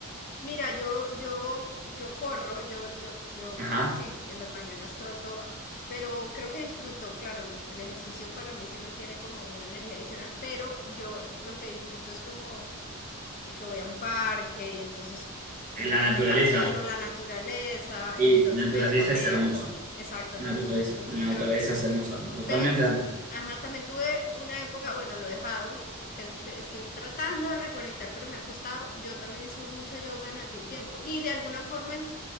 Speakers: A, on the left (about 40°); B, on the right (about 35°).
A: Mira, yo, yo, yo corro, yo, yo, yo
B: Ajá.
A: sí, en las mañanas troto, pero creo que disfruto, claro, el el ejercicio para mí sí requiere como una energía adicional, pero yo lo que disfruto es como que voy a un parque y entonces una
B: La
A: parte
B: naturaleza.
A: de camino, la naturaleza,
B: Sí,
A: entonces
B: la naturaleza
A: me desconecto,
B: es hermosa.
A: exacto,
B: La
A: la
B: naturaleza,
A: naturaleza es muy
B: la
A: chévere.
B: naturaleza es hermosa. Totalmente
A: Pero,
B: de acuerdo.
A: ajá, también tuve una época, bueno, lo he dejado, tengo que, estoy tratando de reconectar, pero me ha costado. Yo también hice mucho yoga en algún tiempo y de alguna forma, en-